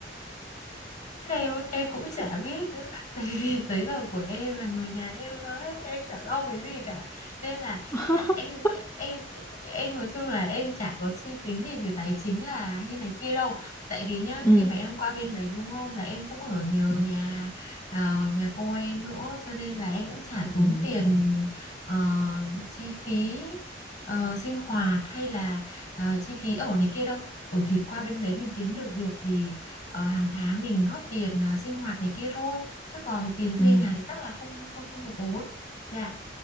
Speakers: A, on the left; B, on the left.
A: em á, em cũng chả biết nữa <laughs> tại vì giấy tờ của em là người nhà em lo hết em chả lo cái gì cả nên là
B: <laughs>
A: em em em nói chung là em chả có suy tính gì về tài chính là hay này kia đâu tại vì nhá
B: ừm,
A: khi mà em qua bên đấy đúng không là em cũng ở nhờ
B: ừm,
A: nhà ờ, nhà cô em nữa cho nên là em cũng chả
B: ừm,
A: tốn tiền ờ, chi phí ờ, sinh hoạt hay là ờ, chi phí ở này kia đâu ừ thì qua bên đấy mình kiếm được việc thì Ờ, hàng tháng mình góp tiền ờ, sinh hoạt này kia thôi chứ còn tiền thuê
B: ừm.
A: nhà thì chắc là không không không có tốn dạ